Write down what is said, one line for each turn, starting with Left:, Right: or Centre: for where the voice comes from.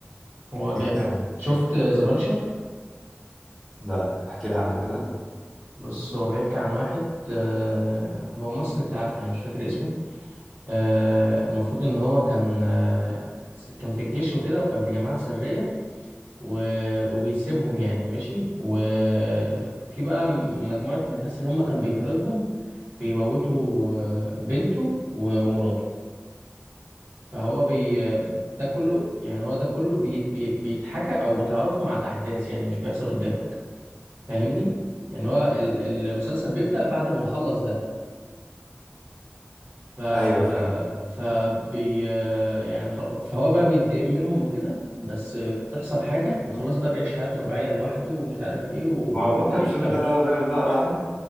Right: هو
Centre: جامد
Right: جامد شفت ذا بانشر
Centre: لا احكي لي عنه كده
Right: بص هو بيحكي عن واحد آه، هو ممثل انت عارف يعني مش فاكر اسمه آه، المفروض ان هو كان آه، كان في الجيش وكده وكان في جماعة سرية و- وبيسيبهم يعني ماشي وفي بقى مجموعة من الناس اللي هم كانوا بيطاردهم بيموتوا آه، بنته و- ومراته فهو بي ده كله يعني هو ده كله بي بي بيتحكى او بتعرفه مع الاحداث يعني مش بيحصل قدامك فاهمني يعني هو ال- ال- المسلسل بيبدأ بعد ما خلص ده ف
Centre: ايوه فاهم
Right: فبي يعني خل... فهو بقى بينتقم منهم وكده بس بتحصل حاجة وخلاص بقى بيعيش حياته طبيعية لوحده ومش عارف ايه و-
Centre: هو
Right: ويبدأ
Centre: بطل
Right: يشتغل
Centre: الفيلم ده اللي هو الراجل الأقرع ده